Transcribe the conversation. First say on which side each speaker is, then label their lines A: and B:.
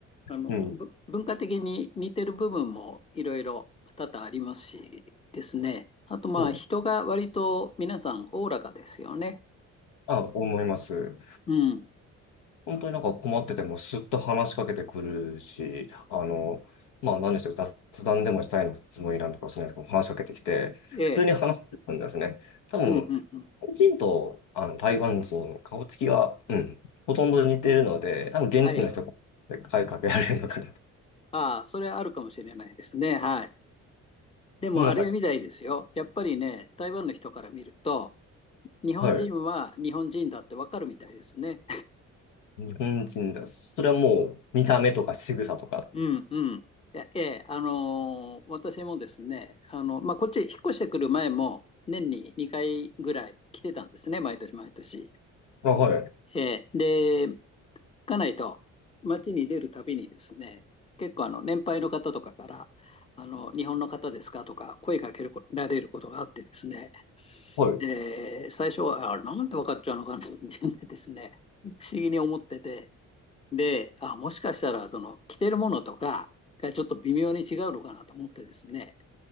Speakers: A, on the left; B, on the left.
A: あの、
B: うん。
A: ぶ文化的に似てる部分もいろいろ多々ありますしですね。あと、まあ、
B: そう
A: 人が割と皆さんおおらかですよね。
B: あ、思います。
A: うん。
B: 本当になんか困っててもすっと話しかけてくるし、あの、まあ何でしょう、雑談でもしたいのつもりなんとかもしれないですけど、話しかけてきて、
A: ええ。
B: 普通に話してくるんですね。多分、
A: うん、うん、
B: 日本人とあの台湾人、
A: うん。
B: 顔つきが、うん、ほとんど似てるので、多分現地の人が
A: はい。
B: 声かけられるのかなと。
A: ああ、それはあるかもしれないですね。はい。でも、
B: もうなんか、
A: あれみたいですよ。やっぱりね、台湾の人から見ると、日本人は日本人だってわかるみたいですね。
B: はい、日本人だ。それはもう見た目とか仕草とか。
A: うんうん。いやええ、あのー私もですね、あの、まあ、こっちへ引っ越してくる前も、年に2回ぐらい来てたんですね、毎年毎年。
B: まあ、はい、
A: ええ、で、家内と街に出るたびにですね、結構あの、年配の方とかから、あの、日本の方ですかとか声かけられることがあってですね、
B: はい。
A: で、最初は、あ、なんて分かっちゃうのかなってですね、不思議に思ってて、で、あ、もしかしたら、その、着てるものとかがちょっと微妙に違うのかなと思ってですね。